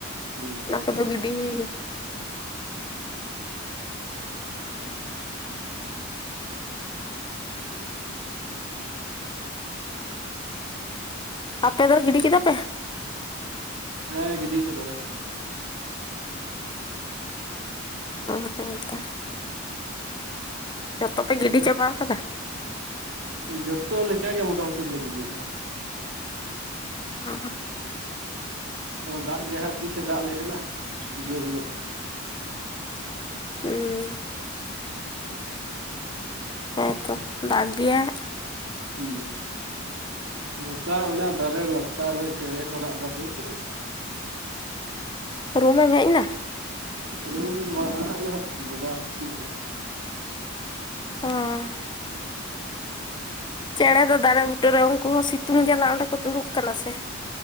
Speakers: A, on the right; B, on the left.
A: ᱦᱩᱸ
B: ᱚᱱᱟ
A: ᱦᱩᱸ
B: ᱠᱚᱫᱚ ᱵᱤᱰᱤ ᱦᱩᱭᱠᱟᱱᱟ ᱾ ᱟᱯᱮ ᱫᱚ ᱜᱤᱰᱤ ᱠᱮᱫᱟ ᱯᱮ?
A: ᱦᱮᱸ ᱜᱤᱰᱤᱣ ᱠᱟᱫᱟᱞᱮ
B: ᱚ ᱦᱮᱸᱛᱚ ᱡᱚᱛᱚ ᱯᱮ ᱜᱤᱰᱤ
A: ᱱᱚᱜᱼᱚᱭ
B: ᱪᱟᱵᱟ ᱠᱟᱫᱟ᱾
A: ᱡᱚᱛᱚ ᱞᱮᱠᱟᱜ ᱜᱮ ᱢᱚᱴᱟᱢᱩᱴᱤ ᱞᱮ ᱜᱤᱰᱤ ᱠᱟᱫᱟ᱾
B: ᱚ ᱦᱚ
A: ᱟᱫᱚ ᱫᱟᱜᱽ ᱜᱮ ᱦᱟᱜ ᱛᱤᱥᱮ ᱫᱟᱜᱽ ᱟᱞᱮ ᱠᱟᱱᱟ ᱡᱩᱨᱧᱚᱜ᱾
B: ᱦᱩᱸ ᱦᱮᱸ ᱛᱚ ᱫᱟᱜᱽ ᱜᱮᱭᱟ ᱦᱟ
A: ᱦᱩᱸ ᱱᱚᱝᱠᱟ ᱚᱱᱟ ᱫᱟᱨᱮ ᱞᱟᱛᱟᱨ ᱨᱮ ᱪᱮᱬᱮ ᱠᱚ ᱨᱟᱜ ᱫᱟᱹᱲ ᱠᱤᱫᱤᱧ᱾
B: ᱨᱩᱢᱮᱢ ᱦᱮᱡ ᱱᱟ᱾
A: ᱨᱩᱢ ᱫᱚ ᱵᱟᱝ ᱦᱟᱱᱮ ᱜᱚᱰᱟ ᱥᱤᱛᱩᱝ ᱥᱮᱫ
B: <unintelligible> ᱪᱮᱬᱮ ᱫᱚ ᱫᱟᱨᱮ ᱵᱩᱴᱟᱹᱨᱮ ᱩᱱᱠᱩ ᱦᱚᱸ ᱥᱤᱛᱩᱝ ᱡᱟᱞᱟ ᱚᱸᱰᱮ ᱠᱚ ᱫᱩᱲᱩᱵ ᱠᱟᱱᱟ ᱥᱮ᱾